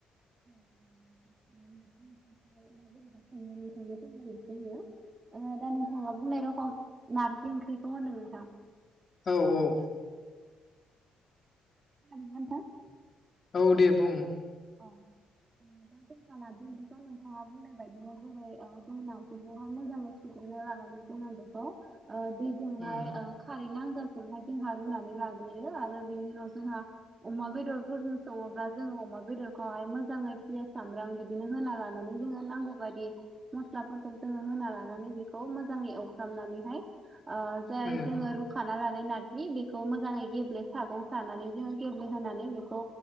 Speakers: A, on the right; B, on the left.
A: <inaudible> ओ दा नोंथाङा बुंनाय रखम नारजि ओंख्रिखौ होनदों नोंथां।
B: औ-औ
A: <unintelligible>
B: औ दे बुं।
A: अ दा जोंहा नारजि ओंख्रिखौ नोंथाङा बुंनाय बायदिनो जेरै ओ जों नारजिखौहाय मोजांङै <inaudible> जोंहाय
B: उम
A: ओ खारै नांजाखौहाय जोंहा रुनानै लाग्रो यो आरो बिनि उनाव जोंहा अमा बेदरफोरजों संङोबा जों अमा बेदरखौहाय मोजाङै पियास सामब्राम बिदिनो होना लानानै जोङो नांगौ बायदि मस्लाफोरखौ जोङो होना लानानै बेखौ मोजाङै एवफ्रामनानैहाय ओ जाय
B: उम
A: जोङो रू खाना लानाय नार्जि बेखौ मोजाङै गेब्ले सागं सानानै जोङो गेब्लेहानै बेखौ